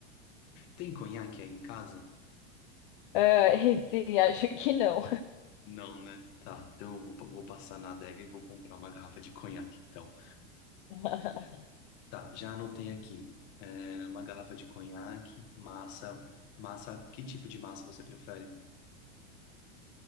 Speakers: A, on the left (about 30°); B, on the left (about 50°).
A: Tem conhaque aí em casa?
B: Ah, esse, acho que não.
A: Não, né? Tá, então eu vou, vou passar na adega e vou comprar uma garrafa de conhaque, então.
B: <laughs>
A: Tá, já anotei aqui. É, uma garrafa de conhaque, massa. Massa, que tipo de massa você prefere?